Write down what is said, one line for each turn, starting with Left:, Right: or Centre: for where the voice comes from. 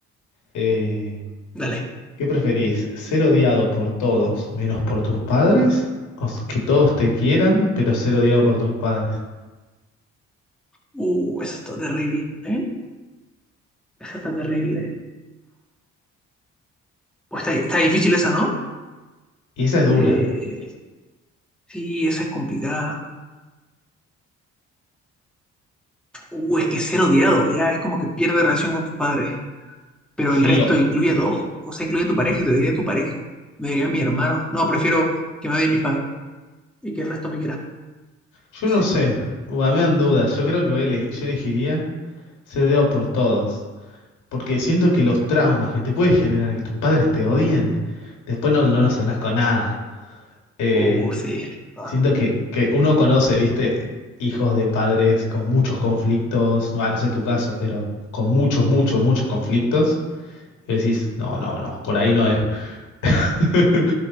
Left: Eh,
Centre: Dale.
Left: ¿qué preferís? ¿Ser odiado por todos menos por tus padres? ¿O s- que todos te quieran, pero ser odiado por tus padres?
Centre: Uh, eso está terrible, ¿eh? Esa está terrible. Pues está, está difícil esa, ¿no?
Left: Y esa es dura.
Centre: Eh, sí, esa es complicada. Uh, es que ser odiado, ya es como que pierde relación con tus padres. Pero
Left: Sí,
Centre: el resto
Left: o-
Centre: incluye a todo. O sea, incluye a tu pareja, te diría tu pareja. Me diría mi hermano. No, prefiero que me odien mis padres y que el resto me quiera.
Left: yo
Centre: Sí.
Left: no sé. Ua, me dan dudas. Yo creo que voy a ele- yo elegiría ser odiado por todos. Porque siento que los traumas que te puede generar que tus padres te odien, después no, no los sanás con nada. Eh,
Centre: Oh, sí. Ah,
Left: siento que, que uno conoce, viste, hijos de padres con muchos conflictos, no, ah, no sé tu caso, pero con muchos, muchos, muchos conflictos. Y decís, no, no, no, por ahí no es. <laughs>